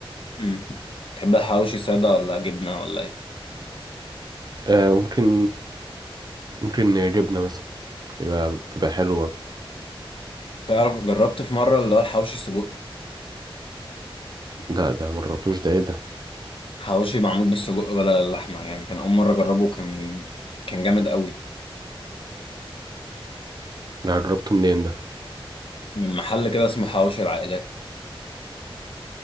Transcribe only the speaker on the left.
امم تحب الحواوشي ساده ولا جبنه ولا ايه
تعرف جربت في مره اللي هو الحواوشي السجق
حواوشي معمول بالسجق بدل اللحمه يعني كان اول مره اجربه كان كان جامد قوي
من محل كده اسمه حواوشي العائلات